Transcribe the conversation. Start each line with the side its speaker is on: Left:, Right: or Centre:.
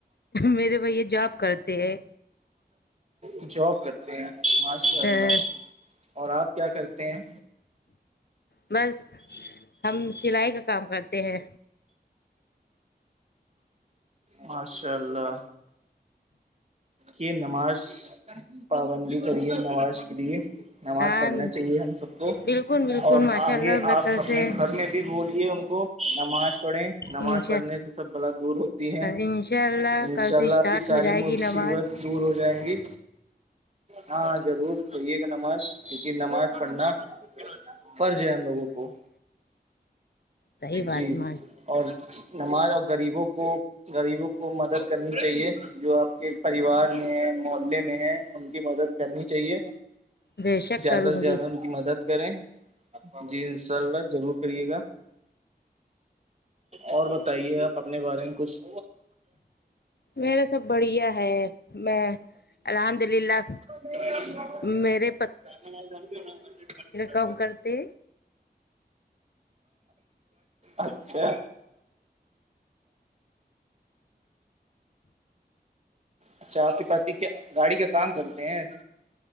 Left: میرے بھیا جاب کرتے ہیں
Right: <inaudible> جاب کرتے ہیں ماشاء اللہ
Left: ہ
Right: اور آپ کیا کرتے ہیں
Left: بس ہم سلائی کا کام کرتے ہیں
Right: ماشاء اللہ یہ نماز پابندی کری ہے نماز کے لیے نماز
Left: ہاں
Right: پڑھنا چاہیے ہم سب کو
Left: بالکل بالکل
Right: اور
Left: ماشاء
Right: آگے
Left: اللہ میں
Right: آپ
Left: کل
Right: اپنے
Left: سے
Right: گھر میں بھی بولیے ان کو نماز پڑھیں نماز
Left: انشاء
Right: پڑھنے سے سب بلا دور ہوتی ہے
Left: انشاء اللہ
Right: انشاء
Left: کل سے
Right: اللہ
Left: اسٹارٹ
Right: کی ساری
Left: ہو جائے
Right: مصیبت
Left: گی نماز
Right: دور ہو جائیں گی ہاں ضرور پیے گا نماز کیونہ نماز پڑھنا فرض ہے ہم لوگوں کو
Left: صحی بات
Right: جی
Left: میں
Right: اور نماز اور غریبوں کو غریبوں کو مدد کرنی چاہیے جو آپ کے پریوار میں ہے محلے میں ہے ان کی مدد کرنی چاہیے
Left: بے شک
Right: زیادہ
Left: کروں
Right: سے زیادہ
Left: گی
Right: ان کی مدد کریں جی انشاء اللہ ضرور کرے گا اور بت بتائیے آپ اپنے بارے میں کچھ
Left: میرا سب بڑھیا ہے میں الحمد للہ
Right: چ م
Left: میرے
Right: ج <unintelligible>
Left: کم کرتے
Right: اچھا اچھا آپ کے پ کیا گاڑی کا کام کرتے ہیں